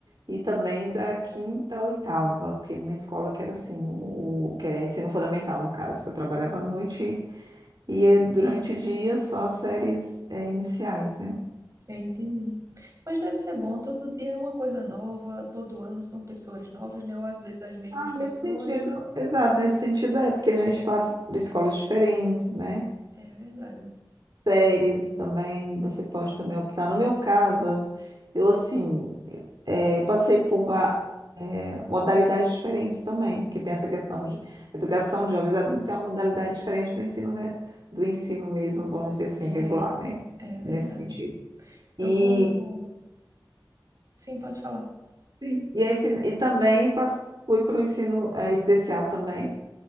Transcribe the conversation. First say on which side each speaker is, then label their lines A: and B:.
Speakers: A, on the right (about 65°); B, on the right (about 45°).
A: E também da quinta à oitava, porque numa escola que era assim, o, o- que era ensino fundamental, no caso, que eu trabalhava à noite e é durante o dia só as séries é, iniciais, né?
B: Eu entendi. Mas deve ser bom, todo dia é uma coisa nova, todo ano são pessoas novas, né? Ou às vezes as mesmas
A: Ah, nesse
B: pessoas.
A: sentido. Exato, nesse sentido é, porque a gente passa por escolas diferentes, né?
B: É verdade.
A: Séries também, você pode também optar. No meu caso, as- eu assim, é, eu passei por va- modalidades diferentes também, que tem essa questão de educação de jovens adultos, é uma modalidade diferente do ensino, re- do ensino mesmo, vamos dizer assim, regular,
B: É,
A: né?
B: é verdade.
A: Nesse sentido. E
B: Eu vou. Sim, pode falar.
A: Sim. E aí, fin- e também pas- fui para o ensino eh, especial também,